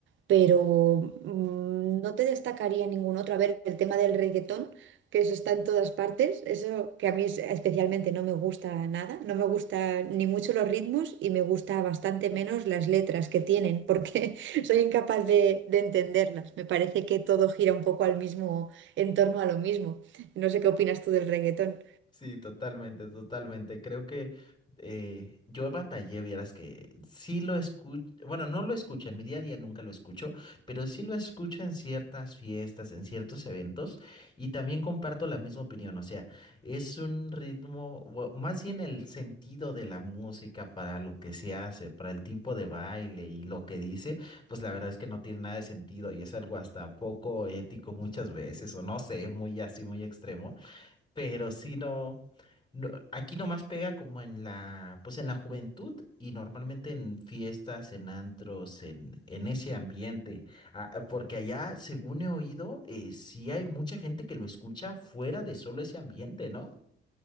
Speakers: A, on the right (about 70°); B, on the left (about 20°).
A: pero mm, no te destacaría ningún otro. A ver, el tema del reggaetón, que eso está en todas partes, eso que a mí es- especialmente no me gusta nada, no me gusta ni mucho los ritmos y me gusta bastante menos las letras que tienen, porque <laughs> soy incapaz de, de entenderlas. Me parece que todo gira un poco al mismo, en torno a lo mismo. No sé qué opinas tú del reggaetón.
B: Sí, totalmente, totalmente. Creo que eh, yo batallé, vieras que sí lo escucho, bueno, no lo escucho, en mi día a día nunca lo escucho, pero sí lo escucho en ciertas fiestas, en ciertos eventos, y también comparto la misma opinión. O sea, es un ritmo, o más bien el sentido de la música para lo que se hace, para el tipo de baile y lo que dice, pues la verdad es que no tiene nada de sentido y es algo hasta poco ético muchas veces, o no sé, muy así, muy extremo pero si no, no- aquí nomás pega como en la, pues en la juventud y normalmente en fiestas, en antros, en, en ese ambiente, Ah, ah, porque allá, según he oído, eh, sí hay mucha gente que lo escucha fuera de solo ese ambiente, ¿no?